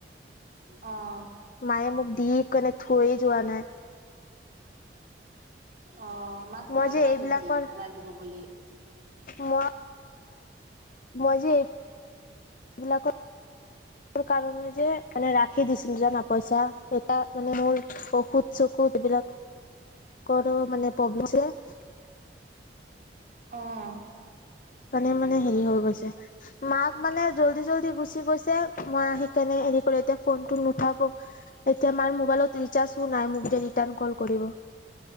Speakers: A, on the right (about 50°); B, on the left (about 50°).
A: অ'।
B: মায়ে মোক দি কিনে থৈ যোৱা নাই।
A: অ' মাক
B: মই
A: কোৱা
B: যে
A: নাই
B: এইবিলাকৰ
A: নেকি লাগিব বুলি।
B: মই মই যে এই এইবিলাকৰ কাৰণে যে মানে ৰাখি দিছোজনাপইচা এটা মানে মোৰ ঔষুধ চকুত এইবিলাক ক মানে প্ৰব্লেম।
A: অ'।
B: কাৰণে মানে হেৰি হৈ গৈছে মাক মানে জল্দি জলদি গুচি গৈছে। মই আহি কেনে হেৰি কৰি এতিয়া ফোনটো নুঠাব। এতিয়া মাৰ মোবাইলত ৰিচাৰ্জও নাই মোক যে ৰিতান কল কৰিব।